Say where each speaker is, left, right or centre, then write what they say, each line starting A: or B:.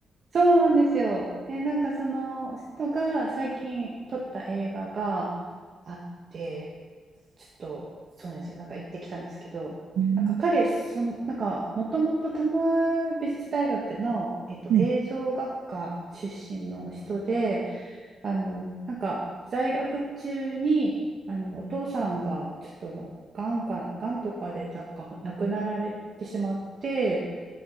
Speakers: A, on the right; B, on the right.
A: そうなんですよ。で、なんかその人が最近撮った映画があって、ちょっとそうなんですよ。なんか行ってきたんですけど、
B: うん、
A: なんか彼、その、なんかもともと多摩美術大学の、えっと、
B: うん素
A: 映像学科出身の人で、あの、なんか在学中に、あの、お父さんがちょっとの、がんか、がんとかでなんか亡くなられてしまって、